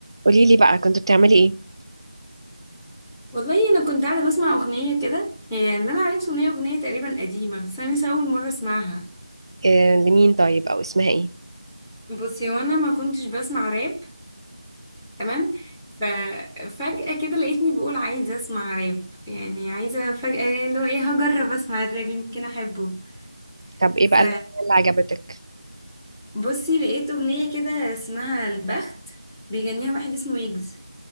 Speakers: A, on the right; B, in the centre.
A: قولي لي بقى كنت بتعملي ايه
B: والله انا كنت قاعده بسمع اغنيه كده هي اللي انا عرفته ان هي اغنيه تقريبا قديمه بس انا لسه اول مره اسمعها
A: آه، لمين طيب او اسمها ايه
B: بصي وانا ما كنتش بسمع راب تمام ففجاه كده لقيتني بقول عايزه اسمع راب يعني عايزه فجاه اللي هو ايه هجرب اسمع الراب يمكن احبه
A: طب ايه
B: ف
A: بقى اللي عجبتك
B: بصي لقيت اغنيه كده اسمها البخت بيغنيها واحد اسمه يجز